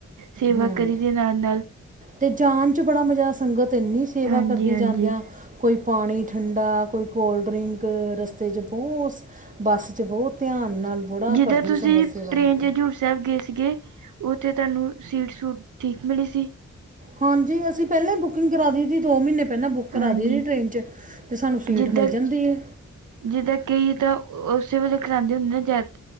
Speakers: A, on the right; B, on the right.
A: ਸੇਵਾ
B: ਹੂੰ
A: ਕਰੀ ਦੀ ਏ ਨਾਲ- ਨਾਲ।
B: ਤੇ ਜਾਨ ਚ ਬੜਾ ਮਜ਼ਾ ਸੰਗਤ ਇਨੀ ਸੇਵਾ
A: ਹਾਂਜੀ
B: ਕਰਦੀ
A: ਹਾਂਜੀ
B: ਜਾਂਦਿਆਂ ਕੋਈ ਪਾਣੀ ਠੰਡਾ ਕੋਈ ਕੋਲਡ ਡਰਿੰਕ ਰਸਤੇ 'ਚ ਬਹੁਤ ਬੱਸ 'ਚ ਬਹੁਤ ਧਿਆਨ ਨਾਲ ਬੜਾ
A: ਜਦੋਂ
B: ਕਰਦੀ
A: ਤੁਸੀਂ
B: ਸੰਗਤ
A: ਟ੍ਰੇਨ
B: ਸੇਵਾ ਕਰਦੀ
A: ਚ ਹਜ਼ੂਰ ਸਾਹਿਬ ਗਏ ਸੀਗੇ ਉੱਥੇ ਤੂਵਾਨੂ ਸੀਟ ਸੂਟ ਠੀਕ ਮਿਲੀ ਸੀ?
B: ਹਾਂਜੀ ਅਸੀ ਪਹਿਲਾਂ ਈ ਬੁਕਿੰਗ ਕਰਾ ਲੀ ਸੀ ਦੋ ਮਹੀਨੇ ਪਹਿਲਾਂ ਬੁਕ ਬੁੱਕ ਕਰਾ
A: ਹਾਂਜੀ
B: ਦੇਈ ਦੀ ਟ੍ਰਰੇਨ 'ਚ ਤੇ ਸਾਨੂੰ ਸੀਟ
A: ਜਿੱਦਾਂ
B: ਮਿਲ ਜਾਂਦੀ ਏ।
A: ਜਿੱਦਾਂ ਕਈ ਤਾਂ ਉਸੇ ਵੇਲੇ ਕਰਾਂਦੇ ਹੁੰਦੇ ਨਾ ਜਦ